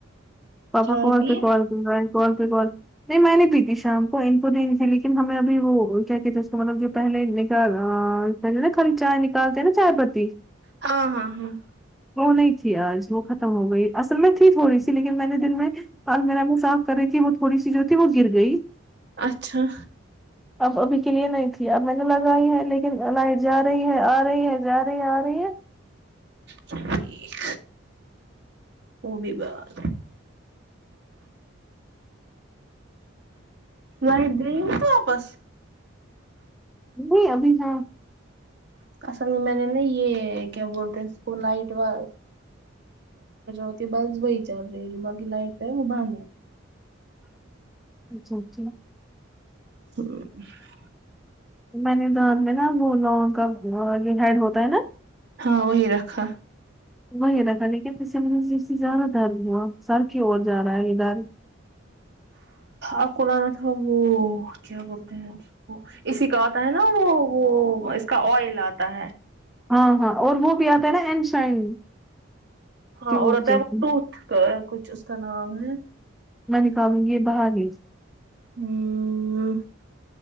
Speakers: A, in the centre; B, on the right.
A: پاپا
B: چائے
A: کال
B: پیے
A: پے کال کرہے کال پے کال نہیں میں نے پی تھی شام کو ان کو دینی تھی لیکن ہمیں ابھی وہ کیا کہتے ہیں اس کو مطلب جو پہلے پہلے نا خالی چائے نکالتے نا چائے پتی
B: ہاں ہاں ہاں
A: وہ نہیں تھی آج وہ ختم ہو گئی اصل میں تھی تھوڑی سی لیکن میں نے دن میں آج میرا منہ صاف کر رہی تھی وہ تھوڑی سی جو تھی وہ گر گئی
B: اچھا
A: اب ابھی کے لیے نہیں تھی اب میں نے لگائی ہے لیکن لائٹ جا رہی ہے آ رہی ہے جا رہی ہے آ رہی ہے
B: ٹھیک وہ بھی بات لائٹ گئی تو واپس
A: نہیں ابھی ہے
B: اصل میں میں نے نا یے کیا بولتے اس کو لائٹ نا <unintelligible> بس وہی چل رہی ہے جو باقی لائٹ ہے وہ بند ہے
A: اچھا اچھا
B: ہاں
A: میں نے دانت میں نا لونگ کا ہیڈ ہوتا ہے نا
B: ہاں وہی رکھا
A: وہی رکھا لیکن جس سے زیادہ درد ہوا سر کی اور جا رہا ہے یے درد
B: آپ کو لانا تھا وہ کیا بولتے ہیں اسی کا آتا ہے نا وہ وہ اس کا آئل آتا ہے
A: ہاں ہاں اور وہ بھی آتا ہے ناں اینڈ شائن
B: ہاں
A: ٹیوب
B: اور رہتا
A: جیسی
B: ہے وہ ٹوتھ کا کچھ اس کا نام ہے
A: میں نکالوں گی باہر بھی
B: ہمم